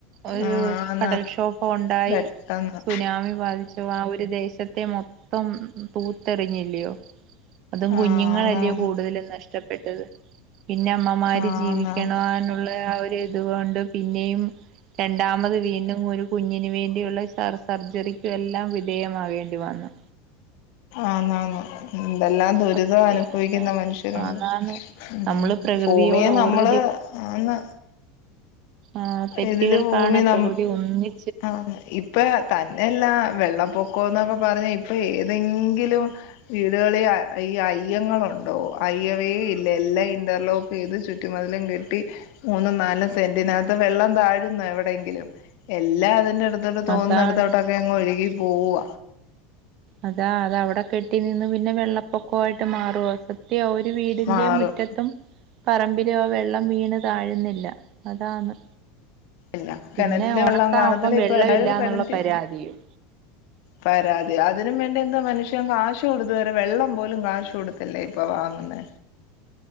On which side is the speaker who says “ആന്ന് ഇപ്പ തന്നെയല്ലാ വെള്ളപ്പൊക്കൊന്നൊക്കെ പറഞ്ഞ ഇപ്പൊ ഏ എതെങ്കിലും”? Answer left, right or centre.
Left